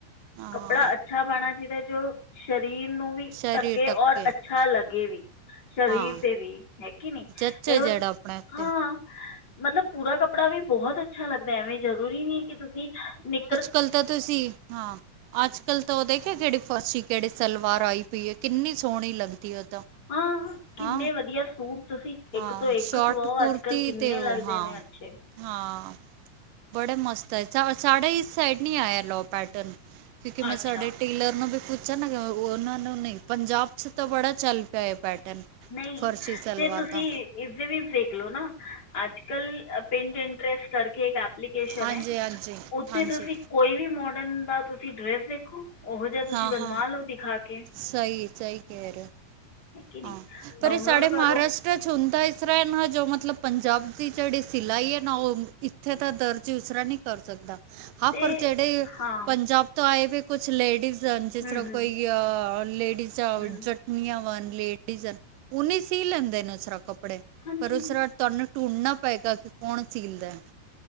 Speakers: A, on the right (about 80°); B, on the left (about 30°).
A: ਹਾਂ
B: ਕੱਪੜਾ ਅੱਛਾ ਪਾਉਣਾ ਚਾਹੀਦਾ ਜੋ ਸਰੀਰ ਨੂੰ ਵੀ
A: ਸਰੀਰ
B: ਢੱਕੇ
A: ਟੱਕੇ
B: ਔਰ ਅੱਛਾ ਲੱਗੇ ਵੀ। ਸਰੀਰ
A: ਹਾਂ
B: ਤੇ ਵੀ ਹੈਗੀ ਨੀ
A: ਜੱਚ
B: ਏਹੋ
A: ਹੈ ਜਿਹੜਾ ਆਪਣੇ ਉੱਤੇ
B: ਹਾਂ। ਮਤਲਬ ਪੂਰਾ ਕੱਪੜਾ ਵੀ ਬਹੁਤ ਅੱਛਾ ਲੱਗਦਾ ਐਵੇਂ ਜ਼ਰੂਰੀ ਨਹੀਂ ਕਿ ਤੁਸੀਂ ਨੀ
A: ਕਲ ਤਾਂ ਤੁਸੀਂ ਹਾਂ। ਅੱਜ-ਕੱਲ ਤਾਂ ਉਹ ਦੇਖਿਆ ਜੇਹੜੀ ਫਰਸੀ ਕਿਹੜੀ ਸਲਵਾਰ ਆਈ ਪਈ ਹੈ ਕਿੰਨੀ ਸੋਹਣੀ ਲੱਗਦੀ ਔਹ ਤਾਂ।
B: ਹਾਂ ਕਿੰਨੇ
A: ਹਾਂ
B: ਵਧੀਆ ਸੂਟ ਤੁਸੀਂ ਇੱਕ
A: ਹਾਂ
B: ਤੋਂ ਇੱਕ
A: ਸ਼ਾਰਟ
B: ਸੁਵਾਔ
A: ਕੁੁਰਤੀ
B: ਅੱਜ-ਕਲ ਕਿੰਨੇ
A: ਤੇ ਉਹ
B: ਲੱਗਦੇ
A: ਹਾਂ
B: ਨੇ ਅੱਛੇ।
A: ਹਾਂ ਬੜੇ ਮਸਤ ਹੈ <unintelligible> ਸਾਈਡ ਨੀ ਆਇਆ ਲੋ ਪੈਟਨ, ਕਿਉਂਕਿ ਮੈਂ
B: ਅੱਛਾ
A: ਸਾਡੇ ਟੇਲਰ ਨੂੰ ਵੀ ਪੂ ਚੰਨ ਉਹਨਾਂ ਨੂੰ ਨਈ ਪੰਜਾਬ ਚ ਤਾਂ ਬੜਾ ਚੱਲ ਪਿਆ ਇਹ ਪੈਟਰਨ
B: ਨਹੀਂ
A: ਫਰਸ਼ੀ ਸਲਵਾਰ
B: ਤੇ ਤੁਸੀਂ
A: ਦਾ
B: ਇਸਦੇ ਵਿੱਚ ਦੇਖਲੋ ਨਾ ਅੱਜ-ਕੱਲ ਪਿੰਟਇੰਟਰਸ ਕਰਕੇ ਇਕ ਏ ਪਲੀਕੇਸਨ
A: ਹਾਂਜੀ
B: ਹੈ
A: ਹਾਂਜੀ
B: ਉੱਥੇ
A: ਹਾਂਜੀ
B: ਤੁਸੀਂ ਕੋਈ ਵੀ ਮੋਡਰਨ ਦਾ ਤੁਸੀਂ ਡਰੈਸ ਦੇਖੋ ਉਹੋ ਜਹਾ ਤੁਸੀਂ
A: ਹਾਂ
B: ਬਣਵਾ
A: ਹਾਂ
B: ਲੋ ਦਿਖਾ ਕੇ।
A: ਸਹੀ ਐ ਸਹੀ ਕਹਿ ਰਹੇ
B: ਹੈ ਕਿ ਨਹੀਂ
A: ਉ ਪਰ
B: ਡਾਊਨਲੋਡ
A: ਇਹ ਸਾਡੇ ਮਹਾਰਾਸ਼
B: ਕਰੋ
A: ਟ ਹੁੰਦਾ ਇਸ ਤਰ੍ਹਾਂ ਹੈ ਨਾ ਜੋ ਮਤਲਬ ਪੰਜਾਬ ਦੀ ਜਿਹੜੀ ਸਿਲਾਈ ਹੈ ਨਾ ਉਹ ਇੱਥੇ ਦਾ ਦਰਜੀ ਉਸਰਾ ਨਈ ਕਰ ਸਕਦਾ, ਹਾਂ
B: ਅਤੇ
A: ਪਰ ਜਿਹੜੇ
B: ਹਾਂ
A: ਪੰਜਾਬ ਤੋਂ ਆਏ ਵੀ ਕੁਛ ਲੇਡੀਜ਼ ਹਨ
B: ਹੂੰ
A: ਜਿਸ ਤਰ੍ਹਾਂ ਕੋਈ
B: ਹੂੰ
A: ਅ ਲੇਡੀਜ਼
B: ਹੂੰ
A: ਜਟਨੀਆਂ ਵਨ ਲੇਡੀਜ਼ ਹਨ ਉਹ ਨਹੀਂ ਸੀ ਲੈਂਦੇ ਨੇ ਉਸਰਾ ਕੱਪੜੇ
B: ਹਾਂਜੀ
A: ਪਰ ਉਸਰਾ ਤੁਹਾਨੂੰ ਢੂੰਢਨਾ ਪਏਗਾ ਕਿ ਕੌਣ ਸੀਲਦਾ।